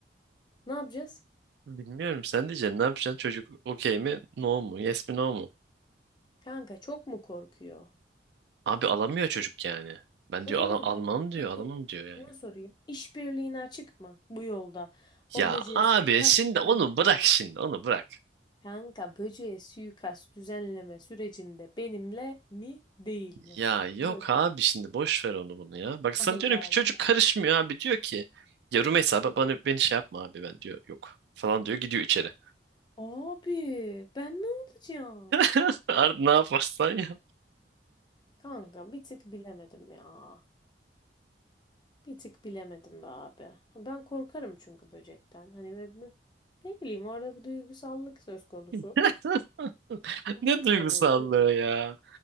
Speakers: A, on the left; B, on the right.
A: Ne yapacağız?
B: Bilmiyorum sen diyeceksin ne yapacaksın çocuk okey mi no mu yes mi no mu?
A: Kanka çok mu korkuyor?
B: Abi alamıyor çocuk yani. Ben
A: O
B: diyor
A: zaman
B: "Ala- almam
A: kanka
B: diyor
A: peki
B: alamam diyor yani.
A: şunu sorayım. İşbirliğine açık mı bu yolda? O
B: Ya
A: böceğe
B: abi
A: suikast
B: şimdi
A: düzenlemeye.
B: onu bırak şimdi onu bırak.
A: Kanka böceğe suikast düzenleme sürecinde benimle mi değil mi?
B: Ya yok
A: Bu.
B: abi şimdi boş ver onu bunu ya. Bak sana
A: Allah
B: diyorum ki
A: Allah.
B: çocuk karışmıyor abi diyor ki. Ya Rümeysa ba- bana, beni şey yapma abi ben diyor yok falan diyor gidiyor içeri.
A: <laughs> Abi ben ne olacağım?
B: <laughs>
A: Kanka.
B: Ar- Ne yaparsan yap.
A: Kanka bir tık bilemedim ya. Bir tık bilemedim be abi. Ben korkarım çünkü böcekten. Hani ve bir- ne bileyim orada bir duygusallık söz konusu.
B: <laughs>
A: Ne
B: Ne
A: yapacağım
B: duygusallığı
A: ben bilmiyorum.
B: ya.